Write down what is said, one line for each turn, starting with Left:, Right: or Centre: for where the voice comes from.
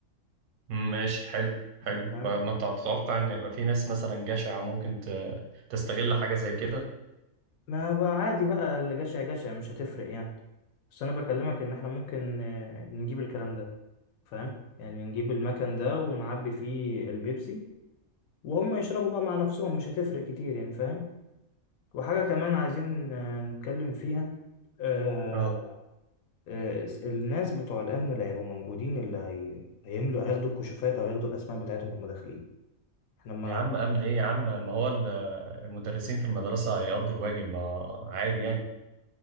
Right: مم، ماشي حلو حلو
Left: انت فاهم
Right: بعد ما بتع- تتوقع ان يبقى في ناس مثلا جشعه ممكن ت... تستغل حاجه زي كده
Left: ما بقى عادي بقى اللي جشع جشع مش هتفرق يعني بس انا بكلمك ان احنا ممكن آه، نجيب الكلام ده فاهم يعني نجيب المكان ده ونعبي فيه البيبسي وهم يشربوا بقى مع نفسهم مش هتفرق كتير يعني فاهم وحاجة كمان عايزين آه، نتكلم فيها آه،
Right: اه
Left: آه، الناس بتوع الأمن اللي هيبقوا موجودين اللي هي... هيملوا هياخدوا الكشوفات أو هياخدوا الأسماء بتاعتهم وهم داخلين احنا ما
Right: يا عم امن ايه يا عم ما هو ال- المدرسين في المدرسه هيقضوا الواجب ما عادي يعني